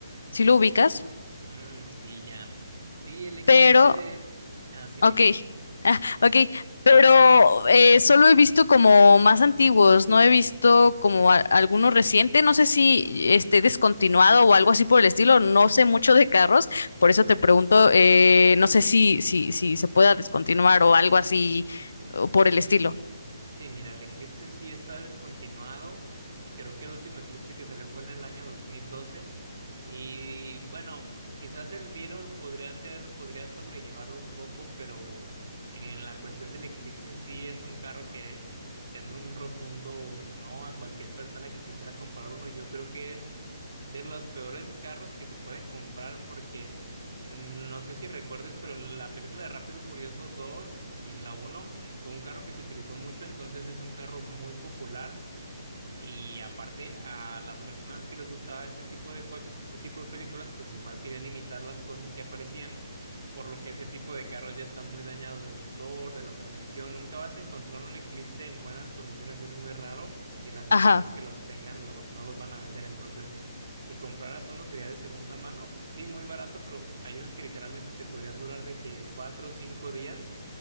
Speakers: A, on the left; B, on the right.
A: ¿Sí lo ubicas?
B: Mm, sí, ya. Sí, el eclipse.
A: Pero
B: Ah, sí,
A: Ok,
B: perdón.
A: ah, ok, pero eh, solo he visto como más antiguos, no he visto como a- alguno reciente, no sé si esté descontinuado o algo así por el estilo, no sé mucho de carros, por eso te pregunto, eh, no sé si, si, si se pueda descontinuar o algo así o por el estilo.
B: Sí, mira, el eclipse sí está descontinuado. Creo que el último eclipse que salió fue en el año 2012. Y bueno, quizás el Virol podría ser, podría sobrellevarlo un poco, pero en la cuestión del eclipse sí es un carro que es un rotundo no a cualquier persona que quisiera comprar uno. Yo creo que es de los peores carros que se pueden comprar porque. No sé si recuerdes, pero en la película de Rápido y Furioso 2 y en la uno eh, fue un carro que se utilizó mucho, entonces es un carro muy popular y aparte a las personas que les gustaba este tipo de coches y este tipo de películas, pues igual querían imitar las cosas que aparecían por lo que ese tipo de carros ya está muy dañado del motor, de la transmisión. Nunca vas a encontrar un Eclipse en buenas condiciones, es muy raro y las personas
A: Ajá,
B: que los tengan lo- no los van a vender. Entonces, si compraras uno sería de segunda mano, sí, muy barato, pero hay unos que literalmente te podrían durar de que cuatro o cinco días